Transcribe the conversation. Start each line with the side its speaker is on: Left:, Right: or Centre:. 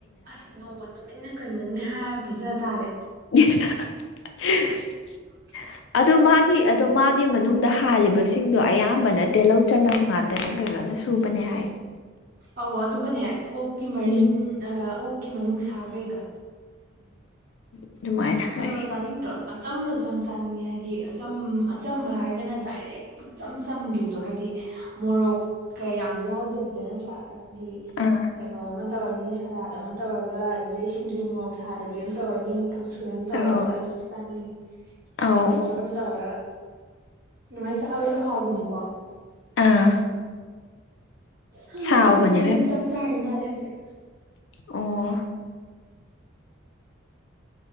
Right: ꯑꯁ ꯅꯣꯡꯃ ꯇꯨꯃꯤꯟꯅ ꯀꯩꯅꯣꯝꯅꯦ ꯍꯥꯏꯔ ꯄꯤꯖ ꯇꯥꯔꯦ
Left: <unintelligible>
Right: <inaudible>
Left: ꯑꯗꯣ ꯃꯥꯒꯤ ꯑꯗꯣ ꯃꯥꯒꯤ ꯃꯅꯨꯡꯗ ꯍꯥꯜꯂꯤꯕꯁꯤꯡꯗꯣ ꯑꯌꯥꯝꯕꯅ ꯇꯤꯜꯍꯧ ꯆꯅꯝ ꯉꯥꯛ ꯇꯅꯦ ꯐꯖꯅ ꯁꯨꯕꯅꯦ ꯍꯥꯏ
Right: ꯑꯧ ꯑꯗꯨꯒꯅꯦ ꯑꯣꯛꯀꯤ ꯃꯔꯤꯟ
Left: ꯎꯝ
Right: ꯑꯥ ꯑꯣꯛꯀꯤ ꯃꯅꯨꯡꯁꯥꯒꯩꯒ
Left: ꯎꯝ ꯑꯗꯨꯃꯥꯏꯅ
Right: ꯀꯩꯅꯣ
Left: ꯍꯥꯏ
Right: ꯆꯥꯅꯤꯡꯗ꯭ꯔꯣ ꯑꯆꯝꯕꯖꯨ ꯌꯥꯝ ꯆꯥꯅꯤꯡꯉꯦ ꯍꯥꯏꯗꯤ ꯑꯆꯝ ꯑꯆꯝꯕ ꯍꯥꯏꯔꯒꯅ ꯗꯥꯏꯔꯦꯛ ꯄꯨꯛꯆꯝ ꯆꯝꯒꯤꯕꯗꯣ ꯍꯥꯏꯗꯤ ꯃꯣꯔꯣꯛꯀ ꯌꯥꯝ ꯌꯥꯎꯗꯕꯤꯗ ꯅꯠꯇ꯭ꯔꯥ ꯑ ꯗꯤ
Left: ꯑꯥ
Right: ꯀꯩꯅꯣ ꯑꯃ ꯇꯧꯔꯅꯤ ꯁꯂꯥꯠ ꯑꯃ ꯇꯧꯔꯒ ꯁꯤꯗꯩ ꯁꯤꯡꯖꯨ ꯃꯣꯔꯣꯛ ꯁꯥꯗꯕꯤ ꯑꯃ ꯇꯧꯔꯅꯤ ꯀꯥꯡꯁꯣꯏ ꯑꯃ ꯇꯧꯔꯒ
Left: ꯑꯧ
Right: ꯑꯁ ꯆꯥꯅꯤꯡꯉꯤ
Left: ꯑꯧ
Right: ꯑꯐꯣꯔꯣꯔ ꯑꯃ ꯇꯧꯔꯒ ꯅꯨꯡꯉꯥꯏ ꯆꯥꯛꯍꯥꯎꯒ ꯍꯥꯎꯕꯅꯦꯀꯣ
Left: ꯑꯥ
Right: ꯍꯥꯈꯣꯏꯆꯦꯒꯤ
Left: ꯁꯥꯎꯕꯅꯦ ꯏꯕꯦꯝ
Right: ꯆꯥꯛ ꯆꯥꯔꯤ ꯃꯥꯜꯂꯦ ꯍꯧꯖꯤꯛ
Left: ꯑꯣ